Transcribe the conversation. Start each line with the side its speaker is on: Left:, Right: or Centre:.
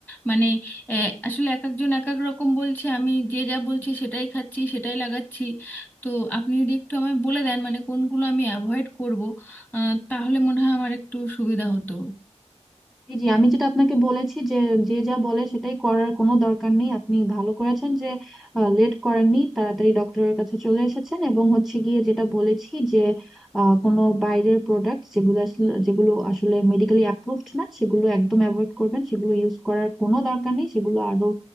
Left: মানে আহ, আসলে এক একজন এক এক রকম বলছে আমি যে যা বলছি সেটাই খাচ্ছি সেটাই লাগাচ্ছি তো আপনি যদি একটু আমায় বলে দেন মানে কোনগুলো আমি অ্যাভয়েড করবো আহ, তাহলে মনে হয় আমার একটু সুবিধা হতো
Centre: জি জি, আমি যেটা আপনাকে বলেছি যে যে যা বলে সেটাই করার কোনো দরকার নেই আপনি ভালো করেছেন যে লেট করেননি তাড়াতাড়ি ডক্টরের কাছে চলে এসেছেন এবং হচ্ছে গিয়ে যেটা বলেছি যে আহ, কোনো বাইরের প্রোডাক্ট যেগুলো আসলে- যেগুলো আসলে মেডিকেলি অ্যাপ্রুভড না সেগুলো একদম অ্যাভয়েড করবেন সেগুলো ইউজ করার কোনো দরকার নেই সেগুলো আরো